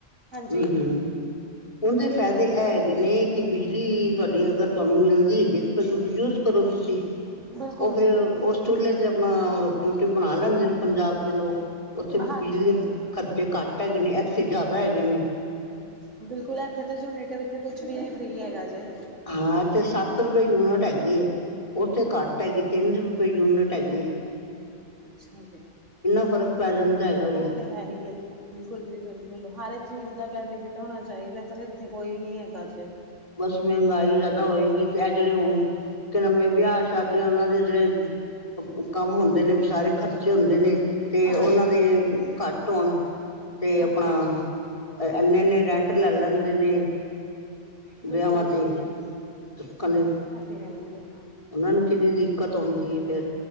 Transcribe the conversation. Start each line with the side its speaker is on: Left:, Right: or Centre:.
Right: ਹਾਂਜੀ
Left: ਹੰਮ ਹੰਮ ਉਂਹਦੇ ਫਾਇਦੇ ਇਹ ਹੈਗੇ ਨੇ ਕਿ ਬਿਜਲੀ ਤੁਹਾਡੀ ਅਗਰ ਤੁਹਾਨੂੰ ਮਿਲਦੀ ਹੈਗੀ। ਯੂਜ ਕਰੋ, ਤੁਸੀਂ
Right: ਬਿਲਕੁਲ
Left: ਉਹ ਫਿਰ
Right: ਜੀ।
Left: ਉਸ ਚੁੱਲੇ ਤੇ, ਆਪਣਾ ਰੋਟੀ -ਰੂਟੀ ਬਣਾ ਲੈਂਦੇ ਨੇ, ਪੰਜਾਬ ਦੇ ਲੋਕ। ਉੱਥੇ ਬਿਜਲੀ
Right: ਹਾਂਜੀ
Left: ਦੇ ਖਰਚੇ ਘੱਟ ਹੈਗੇ ਨੇ, ਇੱਥੇ ਜ਼ਿਆਦਾ ਹੈਗੇ ਨੇ।
Right: ਬਿਲਕੁਲ ਇੱਥੇ ਤੇ ਜੂਨਿਟ, ਇਥੇ ਕੁਛ ਵੀ ਨੀ ਫ੍ਰੀ ਹੈਗਾ ਜੇ,
Left: ਹਾਂ, ਇੱਥੇ ਸੱਤ ਰੁਪਏ ਯੂਨਿਟ ਹੈਗੀ ਐ, ਉਥੇ ਘੱਟ ਤਿੰਨ ਰੁਪਏ ਯੂਨਿਟ ਹੈਗੀ ਏ
Right: ਅੱਛਾ ਜੀ
Left: ਫ਼ਰਕ ਪੈ ਜਾਂਦਾ ਹੈਗਾ ਵੇ
Right: ਉਹ ਤੇ ਹੈ ਹੀ ਏ ਜੀ ਬਿਲਕੁਲ ਜੀ ਬਿਲਕੁਲ ਹਰ ਏਕ ਚੀਜ਼ ਦਾ ਬੈਨੀਫਿਟ ਹੋਣਾ ਚਾਹੀਦਾ ਪਰ ਇੱਥੇ ਕੋਈ ਨੀ ਹੈਗਾ ਜੇ
Left: ਬਸ ਮਹਿੰਗਾਈ ਜ਼ਆਦਾ ਹੋਏਗੀ ਤੇ ਇਹ ਜਿਹੜੇ ਹੁਨ ਵਿਆਹ ਸ਼ਾਦੀਆਂ ਉਹਨਾਂ ਜਿਹੜੇ ਕੰਮ ਹੁੰਦੇ ਨੇ ਸਾਰੇ ਖਰਚੇ ਹੁੰਦੇ ਨੇ। ਤੇ ਉਹਨਾਂ
Right: ਹਾਂਜੀ,
Left: ਦੇ ਖੱਟ ਹੋਣ ਤੇ
Right: ਹਾਂਜੀ-ਹਾਂਜੀ
Left: ਆਪਣਾ ਇੰਨੇ ਇੰਨੇ ਰੈਂਟ ਲੈ ਲੈਂਦੇ ਨੇ।
Right: ਬਿਲਕੁਲ
Left: ਵਿਆਹਾਂ ਤੇ
Right: ਜੀ
Left: ਰੱਖਣ ਦੇ
Right: ਐਤੇ ਹੈ ਈ ਏ
Left: ਉਹਨਾਂ ਨੂੰ ਕਿੰਨੀ ਦਿੱਕਤ ਔਂਦੀ ਏ ਫੇਰ